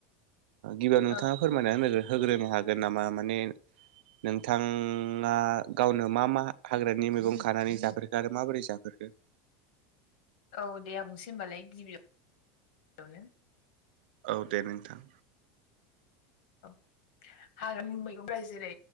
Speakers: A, on the right; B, on the left.
A: गिबियाव नोंथाङा
B: औ
A: फोरमायना होनो- होग्रोनो हागोन नामा? माने नोंथाङा गावनो मा- मा हाग्रानि मैगं खानानै जाफेरखो आरो माबोरै जाफेरखो? <unintelligible>
B: औ दे आं बुंसै होमबालाय गिबि गिबियावनो।
A: औ दे नोंथां।
B: औ। हाग्रानि मैगंफ्रा जेरै